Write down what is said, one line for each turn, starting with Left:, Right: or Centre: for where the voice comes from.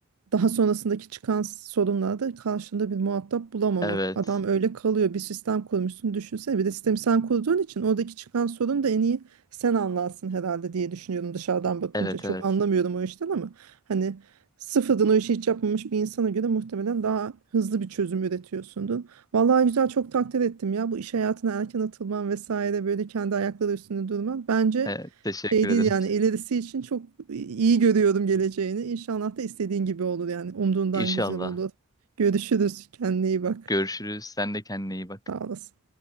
Right: daha sonrasındaki çıkan sorunlarda karşında bir muhatap bulamamak.
Left: Evet,
Right: Adam öyle kalıyor. Bir sistem kurmuşsun düşünsene. Bir de sistemi sen kurduğun için oradaki çıkan sorun da en iyi sen anlarsın herhalde diye düşünüyorum dışarıdan bakınca.
Left: evet,
Right: Çok
Left: evet.
Right: anlamıyorum o işten ama hani sıfırdan o işi hiç yapmamış bir insana göre muhtemelen daha hızlı bir çözüm üretiyorsundur. Vallahi güzel çok takdir ettim ya bu iş hayatına erken atılman vesaire böyle kendi ayakları üstünde durman. Bence
Left: Evet, teşekkür
Right: şey
Left: ederim.
Right: değil yani ilerisi için çok iyi görüyorum geleceğini. İnşallah da istediğin gibi olur yani. Umduğundan
Left: İnşallah.
Right: güzel olur. Görüşürüz. Kendine iyi bak.
Left: Görüşürüz. Sen de kendine iyi bak.
Right: Sağ olasın.